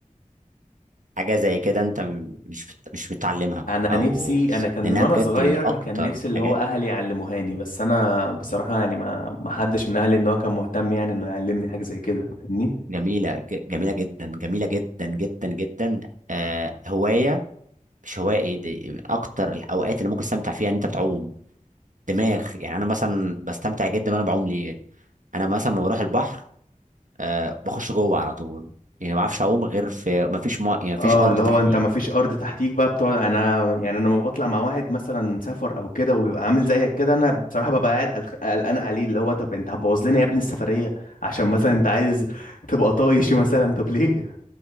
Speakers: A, on the right (about 70°); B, on the left (about 80°).
A: حاجه زي كده انت م- مش بت- مش متعلمها
B: انا
A: او
B: نفسي انا كان من
A: لانها
B: وانا
A: بجد
B: صغير
A: من اكتر
B: كان نفسي اللي
A: حاجات
B: هو اهلي يعلموهاني بس انا بصراحه يعني ما ما حدش من اهلي ان هو كان مهتم يعني انه يعلمني حاجه زي كده فاهمني
A: جميله ج- جميله جدا جميله جدا جدا جدا آه هوايه مش هوايه ايه دي من اكتر الاوقات اللي ممكن تستمتع فيها ان انت بتعوم دماغ يعني انا مثلا بستمتع جدا وانا بعوم ليه انا مثلا لما بروح البحر آه بخش جوه على طول يعني ما بعرفش اعوم غير في ما فيش ما يعني ما فيش
B: اه
A: ارض
B: اللي هو
A: تحتي
B: انت ما فيش ارض تحتيك بقى بتقعد انا يعني انا لما بطلع مع واحد مثلا سفر او كده وبيبقى عامل زيك كده انا بصراحه ببقى قاعد قلق- قلقان عليه اللي هو طب انت هتبوظ لنا يا ابني السفريه عشان مثلا انت عايز تبقى طايش مثلا طب ليه